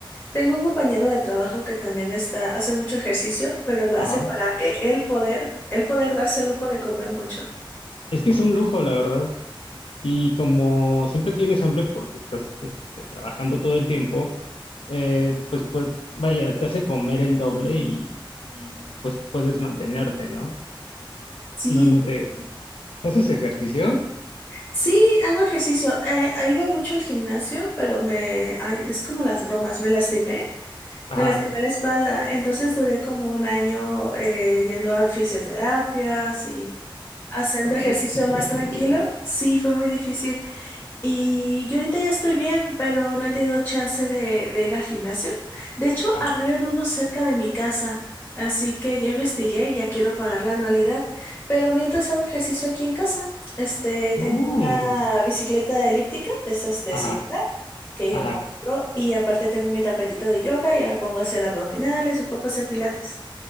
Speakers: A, on the left; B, on the left.
A: Tengo un compañero de trabajo que también está, hace mucho ejercicio, pero lo
B: Ajá.
A: hace para que él poder, él poder darse el lujo de comer mucho.
B: Es que es un lujo, la verdad. Y como siempre tienes hambre porque estás este, trabajando todo el tiempo, eh, pues, pues vaya, te hace comer el doble y, y, pues puedes mantenerte, ¿no?
A: Sí,
B: No, no te... ¿Haces ejercicio?
A: sí, hago ejercicio. Eh, eh, iba mucho al gimnasio, pero me, ay, es como las bromas, me lastimé,
B: Ajá.
A: me lastimé la espalda. Entonces duré como un año eh, yendo a fisioterapias y haciendo ejercicio
B: Ay, qué tragedia.
A: más tranquilo. Sí, fue muy difícil. Y yo ahorita ya estoy bien, pero no he tenido chance de, de ir al gimnasio. De hecho,
B: Ajá.
A: abrieron uno cerca de mi casa, así que ya investigué y ya quiero pagar la anualidad. Pero mientras hago ejercicio aquí en casa, este,
B: Oh,
A: tengo una bicicleta elíptica, de esas de
B: ajá,
A: señora, que mi
B: ajá.
A: mamá compró, y aparte tengo mi tapetito de yoga, ya me pongo a hacer abdominales, me pongo a hacer pilates.